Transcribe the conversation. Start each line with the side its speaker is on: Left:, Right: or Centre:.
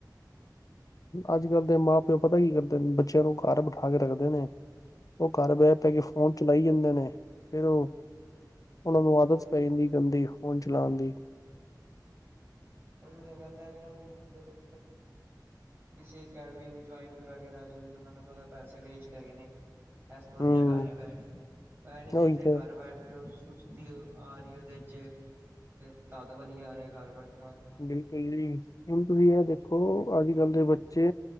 Left: ਅੱਜ ਕੱਲ੍ਹ ਦੇ ਮਾਂ ਪਿਓ ਪਤਾ ਕੀ ਕਰਦੇ ਨੇ ਬੱਚਿਆਂ ਨੂੰ ਘਰ ਬਿਠਾ ਕੇ ਰੱਖਦੇ ਨੇ, ਉਹ ਘਰ ਬਹਿ ਪੈ ਕੇ ਫੋਨ ਚਲਾਈ ਜਾਂਦੇ ਨੇ, ਫੇਰ ਉਹ ਉਹਨਾਂ ਨੂੰ ਆਦਤ ਪੈਂਦੀ, ਗੰਦੀ ਫੋਨ ਚਲਾਉਣ ਦੀ,
Right: ਇ ਤਾਂ ਗੱਲ ਹੈ, ਅੱਜ-ਕੱਲ ਦੇ ਮਾਪੇ ਦੇ, ਕਿਸੇ ਅਕੈਡਮੀ ਵੀ ਜੁਆਇਨ ਕਰਾ ਕੇ ਰਾਜੀ, ਉਹਨਾ ਨੂੰ ਪਤਾ ਪੈਸੇ ਵੇਸਟ ਹੈਗੇ ਨੇ, ਇਸ ਤੋਂ ਵਧੀਆ
Left: ਹੂੰ
Right: ਘਰ ਹੀ ਬੈਠ ਐ ਨੀ ਦੇਖ
Left: ਉਹੀ
Right: ਰਹੇ
Left: ਤੇ
Right: ਘਰ ਬੈਠ ਕੇ ਔ ਸੁਸਤੀ ਆ ਰਹੀ ਉਹਦੇ ਚ ਤੇ ਤੱਦ ਬਣੀ ਆ ਰਿਹਾ ਘਰ ਬੈਠਾ ਹੋ।
Left: ਬਿਲਕੁਲ ਜੀ, ਕਿਉਂ ਤੁਸੀਂ ਇਹ ਦੇਖੋ ਅੱਜ-ਕੱਲ੍ਹ ਦੇ ਬੱਚੇ